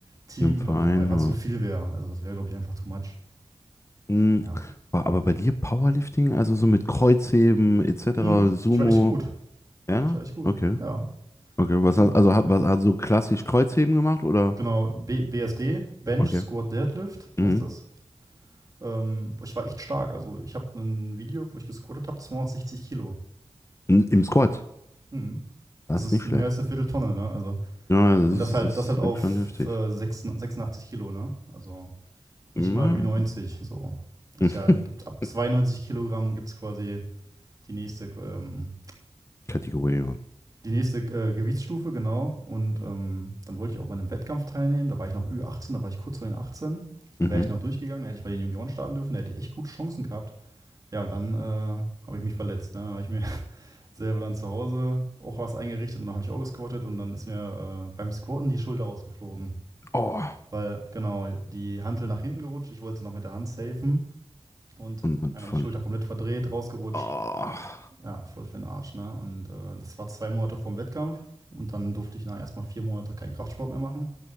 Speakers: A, on the right; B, on the left.
A: Team,
B: Im Verein.
A: glaube ich, auch einfach
B: Ja.
A: zu viel wäre. Also das wäre, glaube ich, einfach too much.
B: Hm.
A: Ja.
B: Boah, Aber bei dir Powerlifting, also so mit Kreuzheben etc.,
A: Mhm.
B: Sumo,
A: Ich war echt gut.
B: ja?
A: Ja, ich war echt gut.
B: Okay.
A: Ja,
B: Okay. Was hast,
A: ja.
B: also hat, was, hast du so klassisch Kreuzheben gemacht oder?
A: Genau, B BSD, Bench
B: Okay.
A: Squat Deadlift
B: Mhm.
A: heißt das. Ähm, ich war echt stark. Also ich habe ein Video, wo ich gesquattet habe, 260 Kilo.
B: N- Im Squad.
A: Hm.
B: Das
A: Das ist
B: ist nicht schlecht.
A: mehr als eine Vierteltonne, ne? Also,
B: Ja, das
A: und
B: ist,
A: das halt,
B: das
A: das halt
B: ist
A: auf
B: schon heftig.
A: äh, 86, Kilo, ne? Also nicht
B: Mhm.
A: mal Ü90. So.
B: <laughs>
A: Ist ja, gibt ab 92 Kilogramm gibt es quasi die nächste, ähm,
B: Kategorie. und-
A: die nächste äh, Gewichtsstufe, genau. Und ähm, dann wollte ich auch bei einem Wettkampf teilnehmen. Da war ich noch Ü18, da war ich kurz vor den 18.
B: Mhm.
A: Wäre ich noch durchgegangen, dann hätte ich bei den Junioren starten dürfen, da hätte ich echt gute Chancen gehabt. Ja, und dann äh, habe ich mich verletzt. Ne? Dann habe ich mir selber dann zu Hause auch was eingerichtet und dann habe ich auch gesquattet und dann ist mir äh, beim Squatten die Schulter rausgeflogen.
B: Oh.
A: Weil, genau, die Hantel nach hinten gerutscht, ich wollte sie noch mit der Hand safen und
B: Und dann
A: einmal
B: voll.
A: die Schulter komplett verdreht, rausgerutscht.
B: Oh.
A: Ja, voll für den Arsch, ne? Und äh, das war zwei Monate vorm Wettkampf und dann durfte ich na, erstmal vier Monate keinen Kraftsport mehr machen.